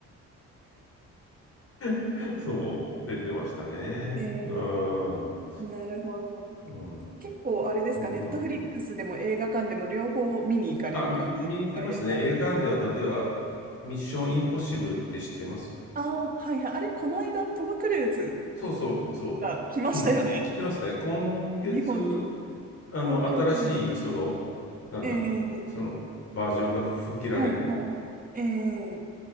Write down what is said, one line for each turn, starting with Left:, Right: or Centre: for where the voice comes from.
Left: <laughs> そう、出てましたね。
Right: えー
Left: うん。うん、
Right: なるほど。
Left: うん、うん、
Right: 結構あれですか、
Left: う
Right: ネットフリックスでも映画館でも両方見に行かれる感じですか、
Left: んあ、み見に行きますね。
Right: 映画。
Left: 映画館では、例えば、ミッションインポッシブルって知ってます
Right: ああ、はいはい。あれ、この間、トム・クルーズ
Left: そうそう、そう。
Right: が来ましたよね。
Left: うん、来てますね。今月、
Right: 日本に。
Left: あの、
Right: 東京に。
Left: 新しい、その、なんだ、
Right: ええ
Left: その、バージョンが吹き切られる
Right: はいはい。ええ